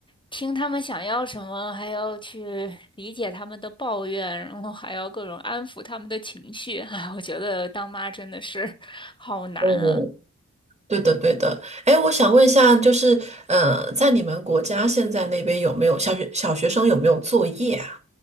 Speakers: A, on the left; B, on the right.
A: 听他们想要什么，还要去理解他们的抱怨，然后还要各种安抚他们的情绪。哎，我觉得当妈真的是 <laughs> 好难啊。
B: 哦，对的，对的。哎，我想问一下，就是，呃，在你们国家现在那边有没有小学小学生有没有作业啊？